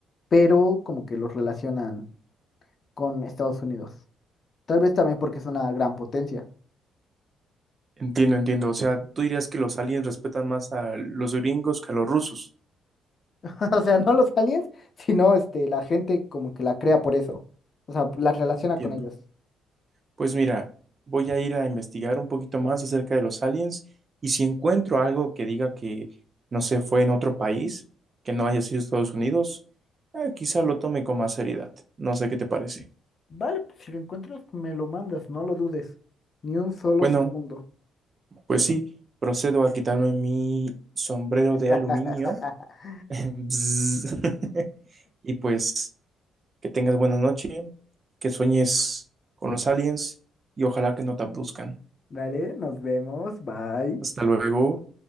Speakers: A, on the left (about 45°); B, on the right (about 40°).
A: pero como que los relacionan con Estados Unidos. Tal vez también porque es una gran potencia.
B: Entiendo, entiendo. O sea, tú dirías que los aliens respetan más a los gringos que a los rusos.
A: <laughs> O sea, no los aliens, sino este, la gente como que la crea por eso. O sea, la relaciona
B: Entiendo.
A: con ellos.
B: Pues mira, voy a ir a investigar un poquito más acerca de los aliens y si encuentro algo que diga que no se fue en otro país, que no haya sido Estados Unidos, eh, quizá lo tome con más seriedad. No sé qué te parece.
A: Vale, pues si lo encuentras, me lo mandas, no lo dudes. Ni un solo
B: Bueno,
A: segundo.
B: pues sí, procedo a quitarme mi sombrero
A: <laughs>
B: de aluminio <laughs> Bzz. <laughs> y pues Que tengas buena noche, que sueñes con los aliens y ojalá que no te abduzcan.
A: Dale, nos vemos, bye.
B: Hasta luego.